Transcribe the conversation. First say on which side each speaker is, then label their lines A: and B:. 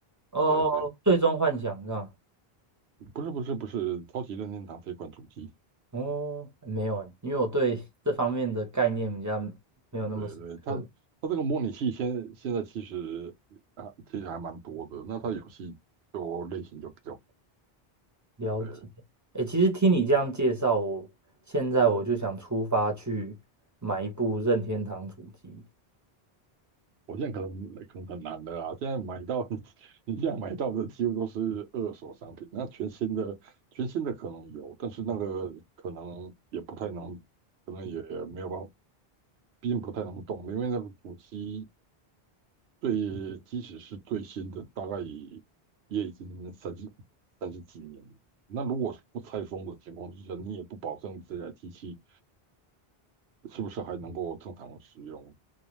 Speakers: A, on the right (about 20°); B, on the right (about 85°).
A: 哦，
B: 对对，
A: 最终幻想是吧？
B: 不是不是不是超级任天堂这款主机，
A: 哦，没有欸，因为我对这方面的概念比较没有那么深刻
B: 对对，它它这个模拟器现现在其实啊其实还蛮多的，那它游戏就类型就比较
A: 了解。
B: 对。
A: 诶，其实听你这样介绍，我现在我就想出发去买一部任天堂主机，
B: 我现在可能可能很难的啊！现在买到 <laughs> 你现在买到的几乎都是二手商品，那全新的全新的可能有，但是那个可能也不太能，可能也没有办法，毕竟不太能动，因为那个主机最即使是最新的，大概也也已经三十三十几年了那如果是不拆封的情况之下，你也不保证这台机器是不是还能够正常使用。